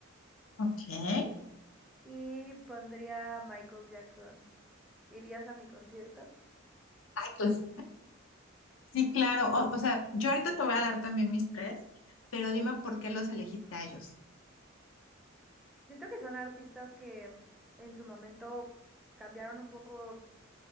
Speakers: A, on the left; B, in the centre.
A: Ok. Ay,
B: y pondría a Michael Jackson. ¿Irías a mi concierto?
A: pues, sí, claro. O, o sea, yo ahorita te voy a dar también mis tres, pero dime por qué los elegiste a ellos.
B: Siento que son artistas que en su momento cambiaron un poco